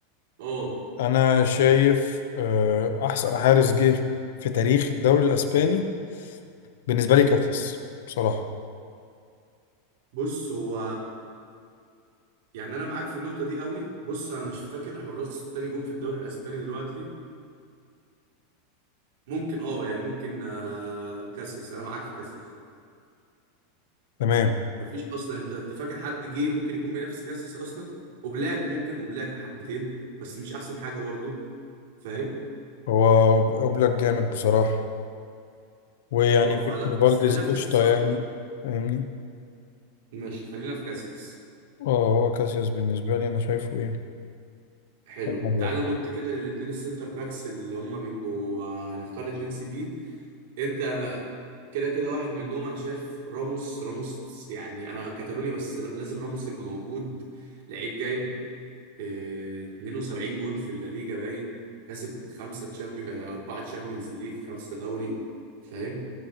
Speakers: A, on the right; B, on the left.
A: اه
B: انا شايف آه، احسن حارس جه في تاريخ الدوري الاسباني بالنسبه
A: امم
B: لي كاتيس بصراحه
A: بص هو يعني انا معاك في النقطه دي قوي بص انا مش فاكر حراس التاني جون في الدوري الاسباني دلوقتي ممكن اه يعني ممكن آه كاسيس انا معاك في كاسيس
B: تمام
A: مفيش اصلا انت انت فاكر حد جه ممكن يكون بينافس كاسيس اصلا وبلاك ممكن وبلاك حبتين بس مش احسن حاجه برضو فاهم
B: هو اوبلاك جامد بصراحه ويعني
A: اه فلا
B: فيكتور فالديز
A: بس خلينا
B: قشطه
A: في كاسيس صدمه
B: يعني فاهمني
A: ماشي خلينا في كاسيس
B: اه هو كاسياس بالنسبه لي انا شايفه ايه
A: حلو
B: رقم واحد
A: تعالى ننط كده للاثنين السنتر باكس اللي هم بيبقوا آه، هنختار اتنين سي بي انت كده كده واحد منهم انا شايف راموس راموس يعني انا كتالوني بس لا- لازم راموس يبقى موجود لعيب جايب آه، 72 جون في الليجا باين كسب خمسة تشامبيون أربعة تشامبيونز ليج خمسة دوري فاهم